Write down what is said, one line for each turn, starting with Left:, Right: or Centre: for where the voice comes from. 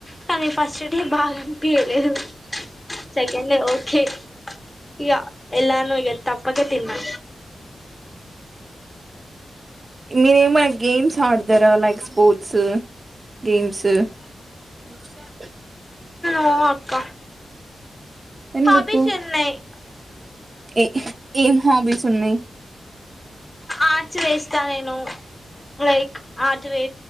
Left: కానీ ఫస్ట్ డే బాగా అని పియలేదు సెకండ్ ఓకే ఇక ఎలానుగ తప్పకే తిన్నా
Right: మీర ఏమనా గేమ్స్ ఆడతారా లైక్ స్పోర్ట్స్ గేమ్స్ <unintelligible>
Left: ఓ అక్క
Right: ఎందుకు
Left: హాబీస్ ఉన్నాయి
Right: ఏ ఏం హాబీస్ ఉన్నాయి
Left: ఆర్ట్స్ వేస్తా నేను లైక్ ఆర్ట్ వే